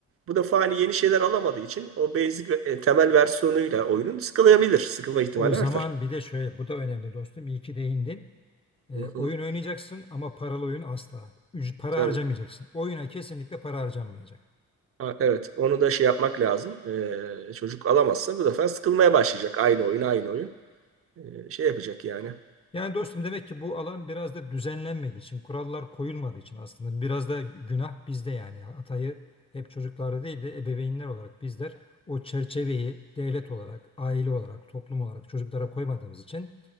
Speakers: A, on the right; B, on the left.
A: bu defa hani yeni şeyler alamadığı için o basic ve- e, temel versiyonuyla oyunun sıkılabilir. Sıkılma ihtimali
B: O zaman
A: artar.
B: bir de şöyle bu da önemli dostum. İyi ki değindin. E,
A: Hı
B: oyun
A: hı,
B: oynayacaksın ama paralı oyun asla. Üc- para
A: tabii.
B: harcamayacaksın. Oyuna kesinlikle para harcanmayacak.
A: Ha, evet. Onu da şey yapmak lazım. Ee, çocuk alamazsa bu defa sıkılmaya başlayacak. Aynı oyun, aynı oyun. e, şey yapacak yani.
B: Yani dostum demek ki bu alan biraz da düzenlenmediği için, kurallar koyulmadığı için aslında biraz da günah bizde yani. Hatayı hep çocuklarda değil de ebeveynler olarak bizler o çerçeveyi devlet olarak, aile olarak, toplum olarak çocuklara koymadığımız için